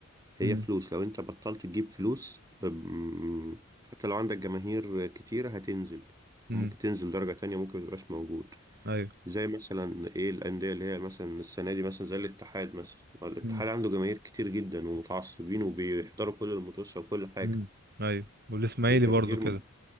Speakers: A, on the right; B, on the right.
A: هي
B: امم
A: فلوس لو انت بطلت تجيب فلوس أم، حتى لو عندك جماهير كتيرة هتنزل
B: امم
A: وممكن تنزل درجة تانية ممكن متبقاش موجود
B: ايوه
A: زي مثلا ايه الأندية اللي هي مثلا السنة دي مثلا زي الاتحاد مثلا الاتحاد
B: امم
A: عنده جماهير كتير جدا ومتعصبين وبيحضروا كل الماتشات وكل حاجة
B: امم ايوه والاسماعيلي
A: الجماهير
B: برضو كده